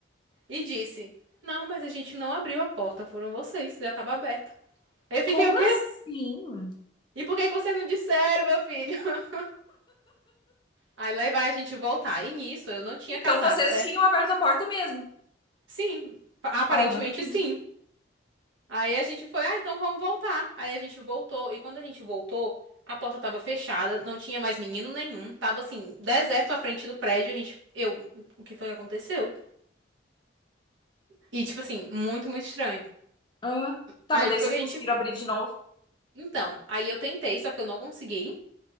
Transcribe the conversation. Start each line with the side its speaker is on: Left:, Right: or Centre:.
Right: e disse: Não, mas a gente não abriu a porta, foram vocês, já tava aberta. Aí eu fiquei,
Left: Como
Right: o quê?
Left: assim?
Right: E por que que vocês não disseram, meu filho? <laughs> Aí lá vai a gente voltar. E nisso eu não tinha
Left: Então
Right: casaco,
Left: vocês
Right: certo?
Left: tinham aberto a porta mesmo.
Right: Sim, aparentemente
Left: Ai, não acredito.
Right: sim. Aí a gente foi, ah, então vamos voltar. Aí a gente voltou, e quando a gente voltou, a porta tava fechada, não tinha mais menino nenhum, tava assim, deserto à frente do prédio, a gente, eu, o que foi que aconteceu? E tipo assim, muito, muito estranho.
Left: Aham. Tá,
Right: Aí
Left: mas daí
Right: o que
Left: vocês
Right: foi que a
Left: conseguiram
Right: gente fez?
Left: abrir de novo.
Right: Então, aí eu tentei, só que eu não consegui.